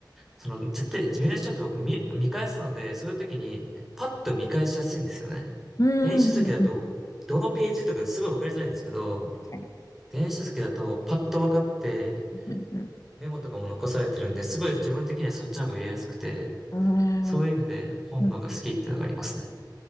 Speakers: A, in the centre; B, on the left (about 45°).
A: その絶対ビジネス書って僕見、見返すので、そういう時にパッと見返しやすいんですよね。
B: うんうんうんうん。
A: 電子書籍だと、どのページとかすごいわかりづらいんですけど、
B: 確かに。
A: 電子書籍だとパッとわかって、
B: うんうん。
A: メモとかも残されてるんで、すごい自分的にはそっちの方が入れやすくて、
B: あ
A: そういう意味で本の方が好きっていうのがありますね。
B: あ。うんうん。